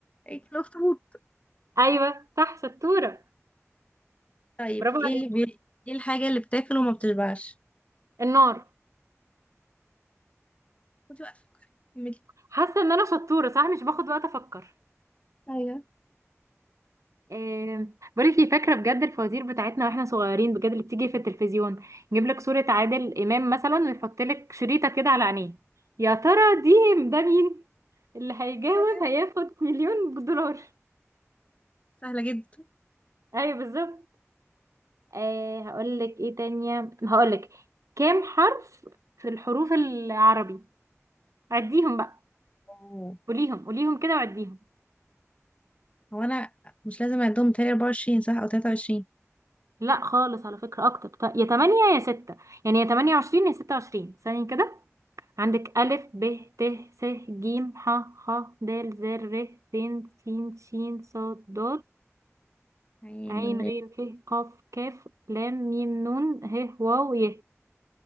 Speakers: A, on the left; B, on the right.
A: الاخطبوط
B: أيوة صح شطورة
A: طيب
B: برافو
A: ايه
B: عليكي
A: اللي بي... ايه الحاجة اللي بتاكل وما بتشبعش
B: النار
A: خدي وقت فكري كملي
B: حاسة إن أنا شطورة صح مش باخد وقت أفكر
A: ايوه
B: آه، بقولك ايه فاكره بجد الفوازير بتاعتنا واحنا صغيرين بجد اللي بتيجي في التلفزيون نجيب لك صوره عادل امام مثلا ويحط لك شريطه كده على عينيه يا ترى دي ده مين اللي هيجاوب
A: ايوه
B: هياخد مليون دولار
A: سهلة
B: ايوه بالظبط أه هقول لك ايه تانية هقول لك كام حرف في الحروف العربي عديهم بقى
A: جدا
B: قوليهم قوليهم كده وعديهم
A: هو انا مش لازم اعدهم تاني 24 صح او 23
B: لا خالص على فكره اكتر ط- يا 8 يا 6 يعني يا 28 يا 26 ثانيه كده عندك ألف ب ت س ج ح خ د ذ ر س س ش ص ض
A: عين
B: عين
A: غيري
B: غين ف قاف كاف لام ميم نون ه واو ي